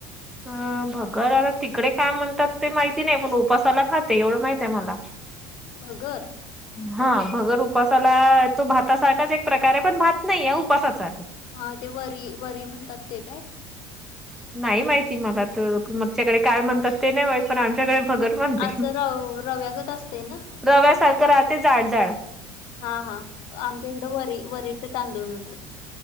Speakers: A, in the centre; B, on the left.
A: अ भगर आता तिकडे काय म्हणतात ते माहिती नाही पण उपासाला खाते एवढं माहित आहे मला
B: भगर
A: हा भगर उपासाला तो भात सारखाच एक प्रकार आहे पण भात नाही आहे उपासाचा आहे.
B: हा ते वरी वरी म्हणतात ते काय?
A: नाही माहिती मला तर मगच्याकडे काय म्हणतात ते नाही मा पण आमच्याकडे भगर बणते
B: असं रव रव्यागत असतंय ना
A: रव्यासारखं राहते जाड जााड.
B: हा हा आमच्या इकडं वरी वरीचे तांदूळ म्हणात.